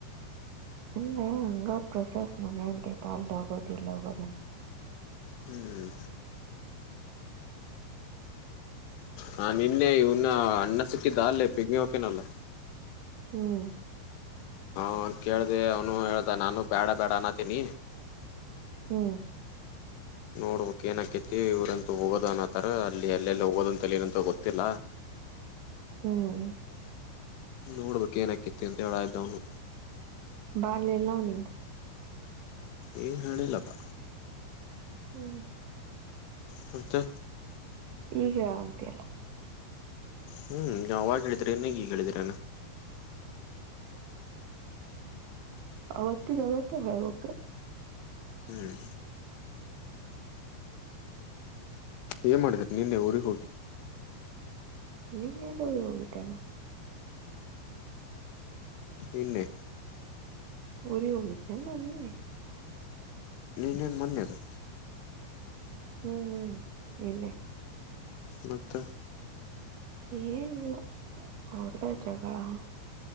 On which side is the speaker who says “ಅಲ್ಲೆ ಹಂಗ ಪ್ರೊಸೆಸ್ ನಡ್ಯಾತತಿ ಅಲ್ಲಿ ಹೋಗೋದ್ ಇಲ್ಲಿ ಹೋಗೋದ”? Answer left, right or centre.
Right